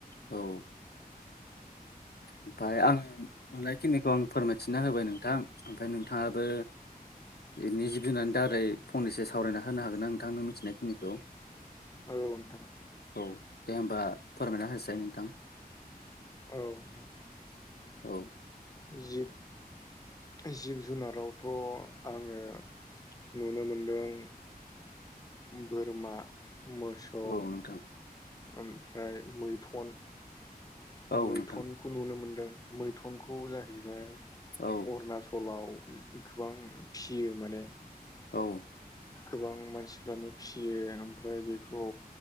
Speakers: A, on the left; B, on the left.
A: औ ओमफ्राय आं नुनायखिनिखौ आं फोरमायथिना होबाय नोंथां ओमफ्राय नोंथाङाबो बेनि जिब जनानै दारै फंनैसो सावरायना होनो हागोन ना नोंथां नों मिथिनायखिनिखौ
B: औ नोंथां
A: औ दे होमबा फोरमायना होनायसाय नोंथां
B: औ नोंथां
A: औ
B: जिब जिब जुनारावथ आङो नुनो मोनदों बोरमा मोसौ
A: औ नोंथां
B: ओमफ्राय मैथन
A: औ
B: मैथनखौ
A: नोंथां
B: नुनो मोनदों मैथनखौ जाहैबाय
A: औ
B: अरुणाचलाव गोबां फिसियो माने
A: औ
B: गोबां मानसिफ्रानो फियो ओमफ्राय बेखौ